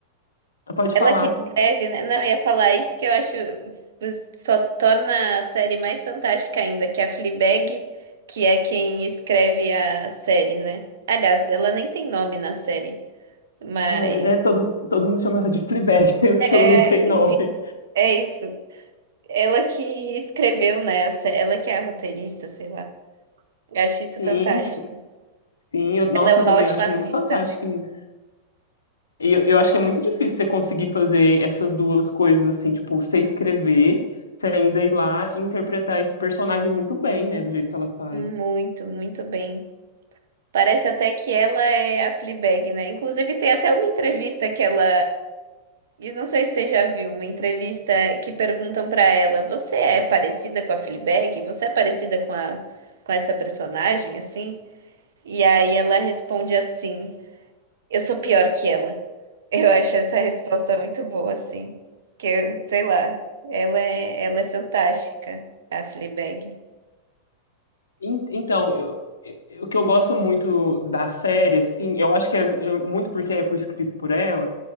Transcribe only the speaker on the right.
Ela
que escreve, né? Não, eu ia falar isso que eu acho só torna a série mais fantástica ainda, que é a Fleabag, que é quem escreve a série, né? Aliás, ela nem tem nome na série, mas
é,
é isso. Ela que escreveu, né? a sé- Ela que é a roteirista, sei lá. Eu acho isso
fantástico.
Ela é uma
ótima
atriz
também.
Muito, muito bem. Parece até que ela é a Fleabag, né? Inclusive tem até uma entrevista que ela E não sei se você já viu uma entrevista que perguntam pra ela: "Você é parecida com a Fleabag? Você é parecida com a com essa personagem assim?" E aí ela responde assim: "Eu sou pior que ela." <laughs> Eu acho essa resposta muito boa assim, que sei lá, ela é ela é fantástica, a Fleabag.